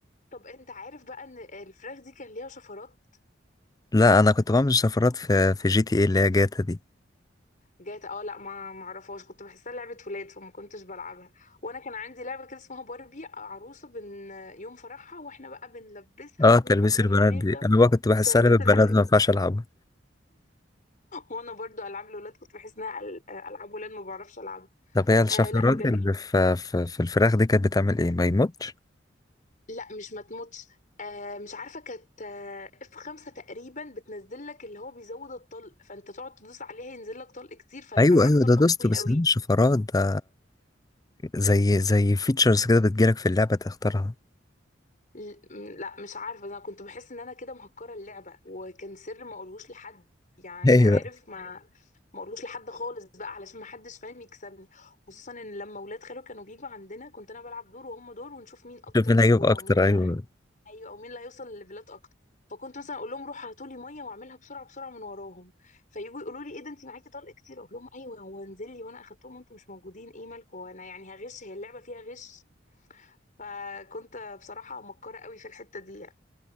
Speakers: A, on the left (about 45°); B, on the left (about 20°).
A: طب انت عارف بقى ان الفراخ دي كان ليها شفرات
B: لا انا كنت بعمل شفرات في في جي تي اي اللي هي جاتا دي
A: جات اه لا ما ما اعرفهاش كنت بحسها لعبه ولاد فما كنتش بلعبها وانا كان عندي لعبه كده اسمها باربي عروسه بن يوم فرحها واحنا بقى بنلبسها
B: اه
A: وبنحط
B: تلبيس البنات
A: لها ميك
B: دي
A: اب
B: انا بقى كنت بحسها
A: تلبس
B: لعبه بنات
A: البنات
B: ما ينفعش العبها
A: هو انا برضو العاب الولاد كنت بحس انها أل- العاب ولاد ما بعرفش العبها
B: طب هي الشفرات
A: آه لا بجد
B: اللي في في, في الفراخ دي كانت بتعمل ايه ما يموتش
A: لا مش ما تموتش آه مش عارفه كانت آه اف 5 تقريبا بتنزل لك اللي هو بيزود الطلق فانت تقعد تدوس عليها ينزل لك طلق كتير فيبقى
B: ايوه
A: معاك
B: ايوه
A: طلق
B: ده دوست
A: قوي
B: بس
A: قوي
B: ده مش شفرات ده زي زي فيتشرز كده بتجيلك في اللعبه تختارها
A: ل- م- لا مش عارفه انا كنت بحس ان انا كده مهكره اللعبه وكان سر ما اقولهوش لحد يعني
B: ايوه
A: عارف ما ما اقولهوش لحد خالص بقى علشان ما حدش فاهم يكسبني خصوصا ان لما ولاد خالو كانوا بيجوا عندنا كنت انا بلعب دور وهم دور ونشوف مين اكتر
B: شوف مين
A: سكور
B: هيجيب اكتر
A: او مين
B: ايوه
A: ايوه او مين اللي هيوصل لليفلات اكتر فكنت مثلا اقول لهم روحوا هاتوا لي ميه واعملها بسرعه بسرعه من وراهم فيجوا يقولوا لي ايه ده انت معاكي طلق كتير اقول لهم ايوه هو انزل لي وانا اخدتهم وانتم مش موجودين ايه مالكم وانا يعني هغش هي اللعبه فيها غش فكنت بصراحه مكاره قوي في الحته دي يعني.